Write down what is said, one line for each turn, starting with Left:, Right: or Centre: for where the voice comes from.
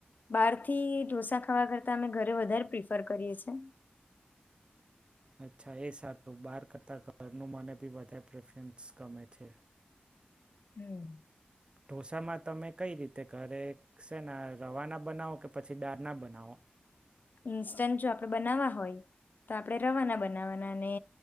Left: બહારથી ઢોસા ખાવા કરતા અમે ઘરે વધારે પ્રીફર કરીએ છે.
Right: અચ્છા એ સારું બાર કરતા ઘરનું મને બી વધારે પ્રફરન્સ ગમે છે.
Left: હમ.
Right: ઢોસામાં તમે કઈ રીતે ઘરે શેના રવા ના બનાવો કે પછી દાળ ના બનાવો.
Left: ઇન્સ્ટન્ટ જો આપણે બનાવવા હોય તો આપણે રવાના બનાવવાના અને